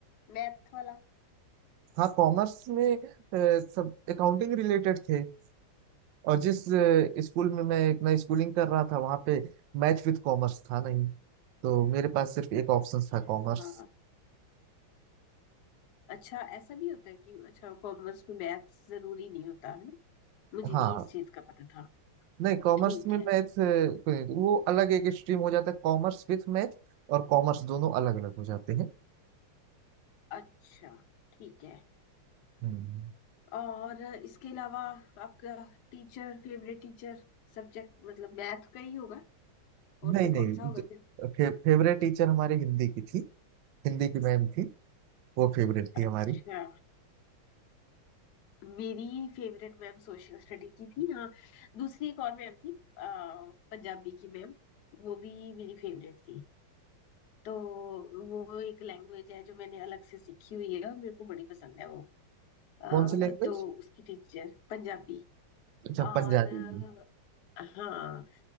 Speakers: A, on the left; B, on the right.
A: मैथ वाला
B: हाँ कॉमर्स में अ, सब अकाउंटिंग रिलेटेड थे और जिस अ, स्कूल में मैं इतना स्कूलिंग कर रहा था वहाँ पे मैथ विद कॉमर्स था नहीं तो मेरे पास सिर्फ एक ऑप्शन
A: अच्छा
B: था कॉमर्स
A: अच्छा ऐसा भी होता है कि अच्छा कॉमर्स में मैथ जरूरी नहीं होता है ना मुझे
B: हाँ
A: नहीं इस चीज का पता था
B: नहीं कॉमर्स
A: ठीक
B: में
A: है
B: मैथ वो अलग एक स्ट्रीम हो जाता है कॉमर्स विथ मैथ और कॉमर्स दोनों अलग अलग हो जाते हैं
A: अच्छा ठीक है
B: हम्म
A: और इसके अलावा आपका टीचर फेवरेट टीचर सब्जेक्ट मतलब मैथ का ही होगा और
B: नहीं
A: तो
B: नहीं
A: कौन सा होगा
B: ज-
A: फिर
B: फे, फेवरेट टीचर हमारे हिंदी की थी हिंदी की मैम थी वो फेवरेट थी हमारी
A: अच्छा मेरी फेवरेट मैम सोशल स्टडी की थी हाँ दूसरी एक और मैम थी अ, पंजाबी की मैम वो भी मेरी फेवरेट थी तो वो एक लैंग्वेज है जो मैंने अलग से सीखी हुई है और मेरे को बड़ी पसंद है वो अ,
B: कौन सी लैंग्वेज
A: तो उसकी टीचर पंजाबी
B: अच्छा
A: और
B: पंजाबी में
A: अ, हाँ